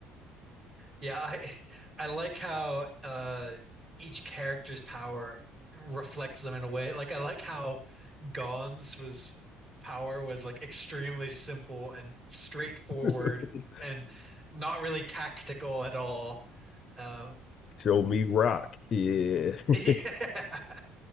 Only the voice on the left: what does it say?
<laughs>
Show me rock. Yeah.
<laughs>